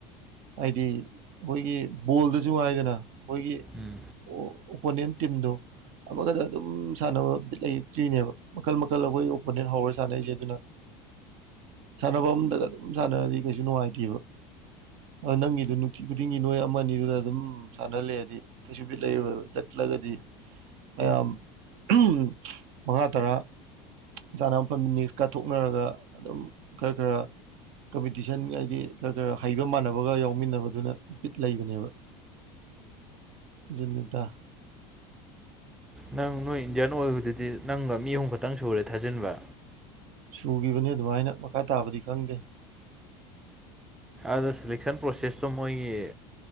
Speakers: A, on the right; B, in the centre.
A: ꯍꯥꯏꯗꯤ ꯑꯩꯈꯣꯏꯒꯤ ꯕꯣꯜꯗꯁꯨ ꯍꯥꯏꯗꯅ ꯑꯩꯈꯣꯏꯒꯤ
B: ꯎꯝ
A: ꯑꯣ ꯑꯣꯄꯣꯅꯦꯟ ꯇꯤꯝꯗꯨ ꯑꯃꯒꯗ ꯑꯗꯨꯝ ꯁꯥꯟꯅꯕ ꯕꯤꯠ ꯂꯩꯇ꯭ꯔꯤꯅꯦꯕ ꯃꯈꯜ ꯃꯈꯜ ꯑꯩꯈꯣꯏ ꯑꯣꯄꯣꯅꯦꯟ ꯍꯥꯎꯔ ꯁꯥꯟꯅꯩꯁꯦ ꯑꯗꯨꯅ ꯁꯥꯟꯅꯕ ꯑꯝꯗꯗ ꯑꯗꯨꯝ ꯁꯥꯟꯅꯔꯗꯤ ꯀꯩꯁꯨ ꯅꯨꯡꯉꯥꯏꯇꯦꯕ ꯑ ꯅꯪꯒꯤꯗꯨ ꯅꯨꯡꯇꯤ ꯈꯨꯗꯤꯡꯒꯤ ꯅꯣꯏ ꯑꯃ ꯑꯅꯤꯗꯨꯗ ꯑꯗꯨꯝ ꯁꯥꯟꯅꯂꯩꯔꯗꯤ ꯀꯩꯁꯨ ꯕꯤꯠ ꯂꯩꯔꯣꯏꯕ ꯆꯠ ꯆꯠꯂꯒꯗꯤ ꯃꯌꯥꯝ ꯎꯝ ꯃꯉꯥ ꯇꯔꯥ ꯆꯥꯅꯕ ꯃꯐꯝꯗꯨ ꯅꯦꯛꯁ ꯀꯥ ꯊꯣꯛꯅꯔꯒ ꯑꯗꯨꯝ ꯈꯔ ꯈꯔ ꯀꯝꯄꯤꯇꯤꯁꯟ ꯍꯥꯏꯗꯤ ꯈꯔ ꯍꯩꯕ ꯃꯥꯟꯅꯕꯒ ꯌꯥꯎꯃꯤꯟꯅꯕꯗꯨꯅ ꯕꯤꯠ ꯂꯩꯕꯅꯦꯕ ꯗꯨꯅꯤꯗꯥ
B: ꯅꯪ ꯅꯣꯏ ꯏꯟꯗꯤꯌꯥꯟ ꯑꯣꯏꯕꯗꯨꯗꯤ ꯅꯪꯒ ꯃꯤ ꯑꯍꯨꯝ ꯈꯛꯇꯪ ꯁꯨꯔꯦ ꯊꯥꯖꯤꯟꯕ
A: ꯁꯨꯒꯤꯕꯅꯤ ꯑꯗꯨꯃꯥꯏꯅ ꯃꯈꯥ ꯇꯥꯕꯗꯤ ꯈꯪꯗꯦ
B: ꯑꯗꯨ ꯁꯦꯂꯦꯛꯁꯟ ꯄ꯭ꯔꯣꯁꯦꯁꯇꯣ ꯃꯣꯏꯒꯤ